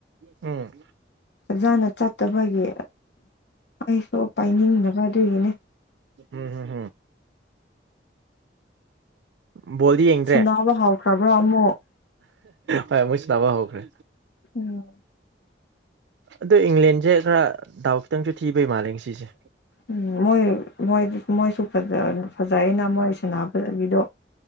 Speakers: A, on the right; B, on the left.
A: ꯎꯝ
B: ꯑꯣꯖꯥꯅ ꯆꯠꯇꯕꯒꯤ ꯑꯩꯁꯨ ꯄꯥꯏꯅꯤꯡꯗꯕ ꯑꯗꯨꯒꯤꯅꯦ
A: ꯎꯝ ꯍꯝ ꯎꯝ ꯕꯣꯜꯗꯤ ꯌꯦꯡꯗ꯭ꯔꯦ
B: ꯁꯥꯟꯅꯕ ꯍꯧꯈ꯭ꯔꯕ꯭ꯔꯣ ꯑꯃꯨꯛ
A: ꯍ ꯃꯣꯏꯁꯅꯥꯅꯕ ꯍꯧꯈ꯭ꯔꯦ
B: ꯎꯝ
A: ꯑꯗ ꯏꯪꯂꯦꯟꯁꯦ ꯈꯔ ꯗꯥꯎꯛꯇꯪꯁꯨ ꯊꯤꯕꯩ ꯃꯥꯜꯂꯦ ꯉꯁꯤꯁꯦ
B: ꯎꯝ ꯃꯣꯏꯣꯏ ꯃꯣꯏꯁꯨ ꯐꯖ ꯑꯩꯅ ꯃꯣꯏ ꯁꯥꯟꯅꯕꯒꯤꯗꯣ